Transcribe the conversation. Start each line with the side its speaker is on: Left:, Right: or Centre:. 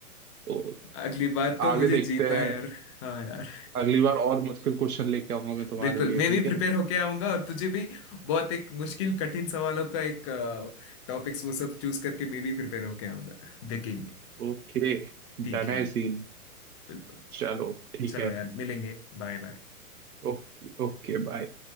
Right: तो
Left: अगली बार तो
Right: आगे
Left: मुझे
Right: देखते
Left: जीतना
Right: हैं
Left: है यार हाँ यार
Right: अगली बार और मुश्किल क्वेश्चन लेके आऊंगा मैं तुम्हारे
Left: बिल्कुल
Right: लिए
Left: मैं भी
Right: ठीक है
Left: प्रिपेयर होके आऊंगा और तुझे भी बहुत एक मुश्किल कठिन सवालों का एक टॉपिक्स वो सब चूज करके मैं भी प्रिपेयर होके आऊंगा देखेंगे
Right: ओके डन
Left: ठीक
Right: है
Left: है यार
Right: सीन
Left: बिल्कुल
Right: चलो ठीक
Left: चलो
Right: है
Left: यार मिलेंगे Bye bye
Right: Okay okay bye